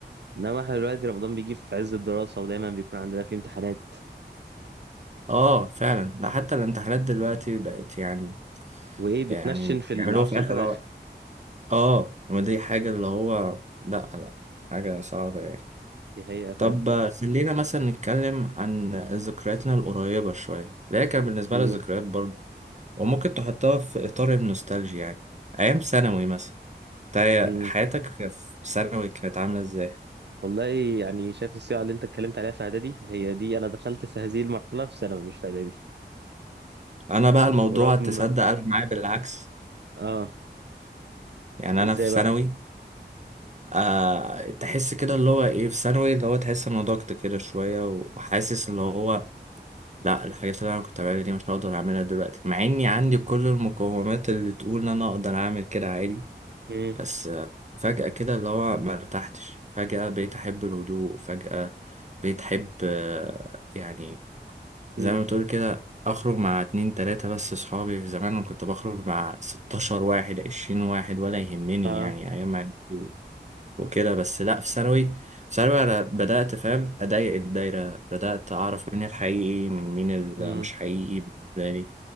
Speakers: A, on the right; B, on the right.
A: انما احنا دلوقتي رمضان بيجي في عز الدراسة ودايما بيكون عندنا فيه امتحانات
B: اه فعلا ده حتى الامتحانات دلوقتي بقت يعني
A: وايه بتنشن
B: يعني
A: في العشر
B: بيعملوها في اخر
A: الأواخر
B: أو- اه ما دي حاجة اللي هو لا لا حاجة صعبة يعني
A: دي حقيقة فعلا
B: طب آه، خلينا مثلا نتكلم عن ذكرياتنا القريبة شوية اللي هي كان بالنسبة
A: امم
B: لي ذكريات برضه وممكن تحطها في إطار النوستالجيا يعني أيام ثانوي مثلا انت
A: امم
B: حياتك في ثانوي كانت عاملة ازاي؟
A: والله يعني شايف الصيغة اللي انت اتكلمت عليها في اعدادي هي دي انا دخلت في هذه المرحلة في ثانوي مش في اعدادي
B: انا بقى الموضوع
A: ورغم
B: تصدق قلب معايا بالعكس
A: اه
B: يعني
A: ازاي
B: انا في
A: بقى
B: ثانوي آه تحس كده اللي هو ايه في ثانوي اللي هو تحس ان ضغط كده شويه وحاسس اللي هو لا الحاجات اللي انا كنت بعملها دي مش هقدر اعملها دلوقتي مع اني عندي كل المقومات اللي تقول ان انا اقدر اعمل كده عادي
A: امم
B: بس آه فجأة كده اللي هو ما ارتحتش فجأة بقيت احب الهدوء فجأة بقيت احب آه يعني زي
A: امم
B: ما بتقول كده اخرج مع اتنين تلاتة بس صحابي زمان انا كنت بخرج مع ستاشر واحد عشرين واحد ولا يهمني
A: اه
B: يعني ايام إعدادي وكده بس لا في ثانوي في ثانوي انا بدأت فاهم اضيق الدايرة بدأت اعرف مين الحقيقي من مين اللي
A: امم
B: مش حقيقي بالنسبة لي